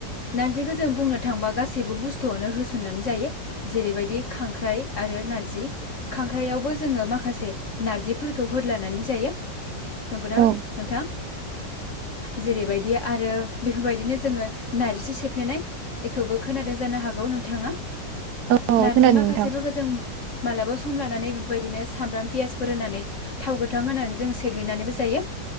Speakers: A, on the left; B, on the right.
A: नारजि खो जों बुंनो थांबा गासै सैबो बुस्थुआवनो होसननानै जायो। जेरैबायदि खांख्राइ आरो नारजि खांख्राइयावबो जोङो माखासे नारजिफोरखौ होद लानानै जायो नंगौना
B: औ
A: नोंथां? जेरैबायदि आरो बेफोरबायदिनो जोङो नारजि सेफ्लेनाय बेखोबो खोनादों जानो हागौ नोंथाङा
B: औ
A: नारजि
B: खोनादों
A: माखासेफोखो
B: नोंथां
A: जों मालाबा सम लानानै बेबायदिनो सामब्राम पियासफोर होनानै थाव गोथां होनानै जों सेग्लिनानैबो जायो।